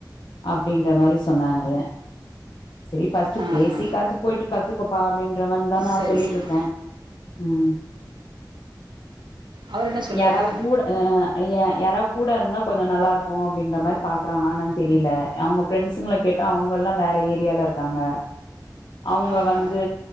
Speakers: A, on the left; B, on the right.
A: அப்டின்ற மாரி சொன்னாரு சரி ஃபர்ஸ்ட்டு
B: ஆஹா.
A: பேசிக்காச்சு போயிட்டு கத்துக்கோப்பா அப்டின்ற மாரிதா நா
B: சரி,
A: சொல்லிட்ருக்கே
B: சரி.
A: உம்
B: அவரு என்ன சொல்றாரு?
A: யாரா கூட அஹ் யா யாரா கூட இருந்தா கொஞ்ச நல்லாருக்கு அப்டின்ற மாரி பாக்குறானானு தெரியல அவங்க ஃப்ரெண்ட்ஸுங்கல கேட்டா அவங்க எல்லா வேற ஏரியால இருக்காங்க அவங்க
B: ஆஹா.
A: வந்து